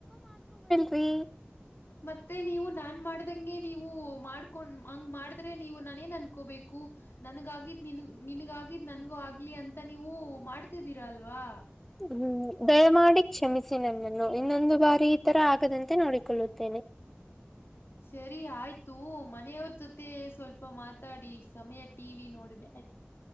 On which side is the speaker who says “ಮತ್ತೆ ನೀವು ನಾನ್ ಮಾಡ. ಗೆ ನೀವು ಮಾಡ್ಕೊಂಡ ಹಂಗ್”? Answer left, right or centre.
Left